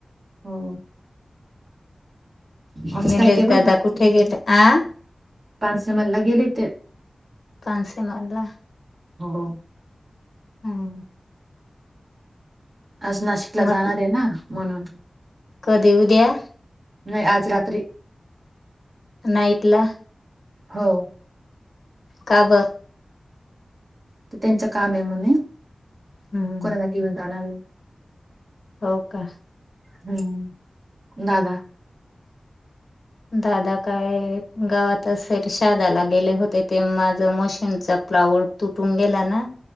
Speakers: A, on the right (about 60°); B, on the left (about 75°).
A: हो. आज
B: निलेश
A: काय केलं
B: दादा
A: होत
B: कुठे गेले. आ
A: पानसीमलला गेले ते
B: कानसे मलला
A: हो.
B: हम्म.
A: आज नाशिकला
B: मग
A: जाणार आहे ना. म्हणून.
B: कधी उद्या?
A: नाही आज रात्री.
B: नाईट ला.
A: हो.
B: का बर?
A: तर त्यांच्या कामे म्हने.
B: हम्म
A: कोणाला घेऊन जाणार आहे.
B: हो का.
A: हम्म दादा.
B: दादा काय गावात असेल. शहराला गेले होते, ते माझ मशीनचा प्लावड तुटून गेला ना.